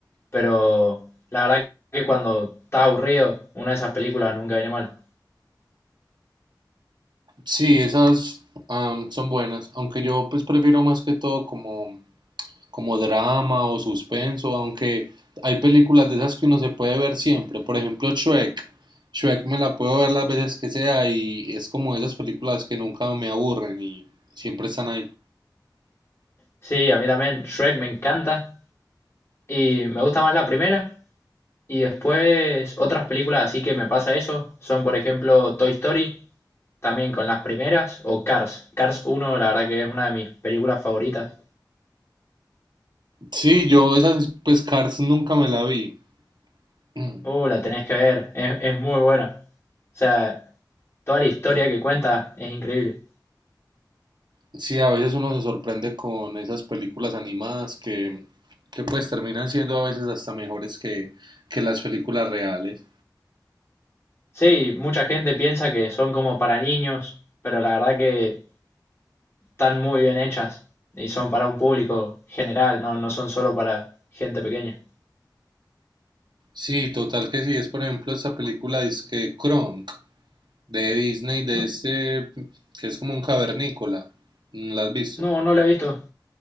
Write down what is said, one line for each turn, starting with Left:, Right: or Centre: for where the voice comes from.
Left: Pero la verdad que cuando está aburrido, una de esas películas nunca viene mal.
Right: Sí, esas am, son buenas, aunque yo pues prefiero más que todo como, como drama o suspenso, aunque hay películas de esas que uno se puede ver siempre, por ejemplo Shrek, Shrek me la puedo ver las veces que sea y es como esas películas que nunca me aburren y siempre están ahí.
Left: Sí, a mí también Shrek me encanta. Y me gusta más la primera. Y después otras películas así que me pasa eso, son por ejemplo Toy Story, también con las primeras, o Cars. Cars uno la verdad que es una de mis películas favoritas.
Right: Sí, yo esas pues Cars nunca me la vi. <clears throat> Mm.
Left: Uh, la tenés que ver, es, es muy buena. O sea, toda la historia que cuenta es increíble.
Right: Sí, a veces uno se sorprende con esas películas animadas que, que pues terminan siendo a veces hasta mejores que, que las películas reales.
Left: Sí, mucha gente piensa que son como para niños, pero la verdad que están muy bien hechas y son para un público general, no, no son solo para gente pequeña.
Right: Sí, total que sí, es por ejemplo esta película que Kronk de Disney, de
Left: No,
Right: este que es como un cavernícola, Mm, ¿la has visto?
Left: no, no la he visto.